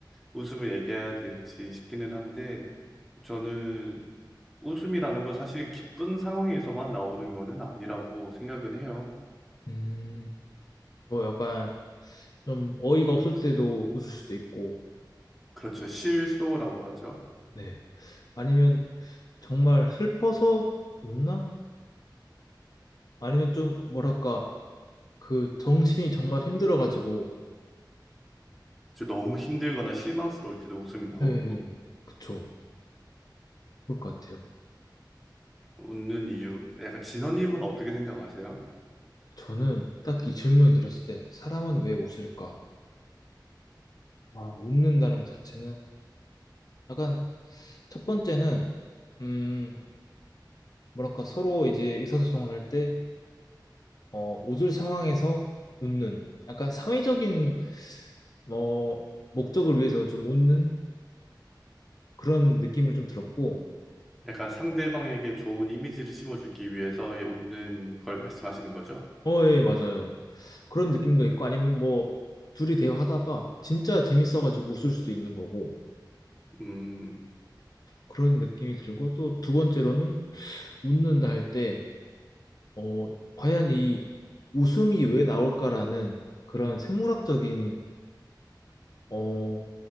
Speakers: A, in the centre; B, on the left.
A: 웃음을 얘기해야 될지 싶기는 한데 저는 웃음이라는 건 사실 기쁜 상황에서만 나오는 거는 아니라고 생각은 해요.
B: 음, 저 약간 좀 어이가 없을 때도 웃을 수도 있고,
A: 그렇죠. 실소라고 하죠.
B: 네. 아니면 정말 슬퍼서 웃나? 아니면 좀 뭐랄까 그 정신이 정말 힘들어가지고
A: 그렇죠. 너무 힘들거나 실망스러울 때도 웃음이 나오고
B: 네. 그쵸. 그럴 것 같아요.
A: 웃는 이유. 약간 진호님은 어떻게 생각하세요?
B: 저는 딱 이 질문 들었을 때 사람은 왜 웃을까? 아, 웃는다는 것 자체는 약간 첫 번째는 음, 뭐랄까 서로 이제 의사소통을 할 때 어, 웃을 상황에서 웃는 약간 사회적인 뭐 목적을 위해서 좀 웃는 그런 느낌을 좀 들었고
A: 약간 상대방에게 좋은 이미지를 심어주기 위해서의 웃는 걸 말씀하시는 거죠?
B: 어, 예, 맞아요. 그런 느낌도 있고 아니면 뭐 둘이 대화하다가 진짜 재밌어가지고 웃을 수도 있는 거고
A: 음,
B: 그런 느낌이 들고 또 두 번째로는 웃는다 할 때, 어, 과연 이 웃음이 왜 나올까라는 그런 생물학적인, 어,